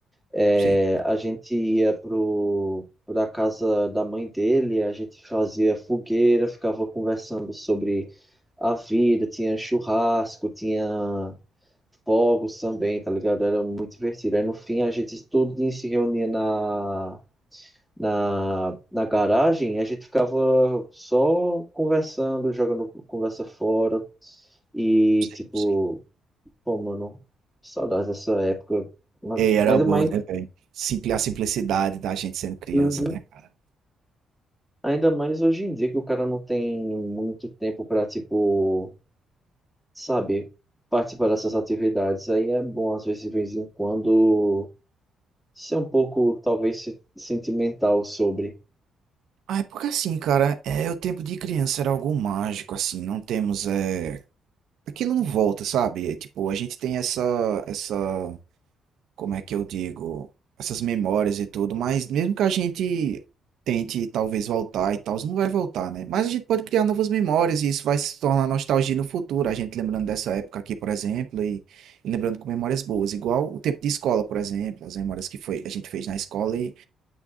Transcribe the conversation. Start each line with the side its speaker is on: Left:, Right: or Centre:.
Centre: É,
Right: sim.
Centre: a gente ia pro, pra casa da mãe dele, a gente fazia fogueira, ficava conversando sobre a vida, tinha churrasco, tinha fogos também, tá ligado? Era muito divertido. Aí no fim a gente todo dia se reunia na, na, na garagem e a gente ficava só conversando, jogando conversa fora e
Right: Sim,
Centre: tipo,
Right: sim.
Centre: pô, mano, saudades dessa época. Mas
Right: E era
Centre: Ainda
Right: bom,
Centre: mais.
Right: né, velho? Simpli a simplicidade da gente sendo criança,
Centre: Uhum.
Right: né, cara?
Centre: Ainda mais hoje em dia que o cara não tem muito tempo para, tipo, sabe, participar dessas atividades. Aí é bom, às vezes, de vez em quando, ser um pouco, talvez, se- sentimental sobre.
Right: Ah, é porque assim, cara, é o tempo de criança era algo mágico, assim, não temos, é... Aquilo não volta, sabe? É, tipo, a gente tem essa, essa, como é que eu digo, essas memórias e tudo, mas mesmo que a gente tente talvez voltar e tal, não vai voltar, né? Mas a gente pode criar novas memórias e isso vai se tornar nostalgia no futuro, a gente lembrando dessa época aqui, por exemplo, e, e lembrando com memórias boas, igual o tempo de escola, por exemplo, as memórias que foi, a gente fez na escola e,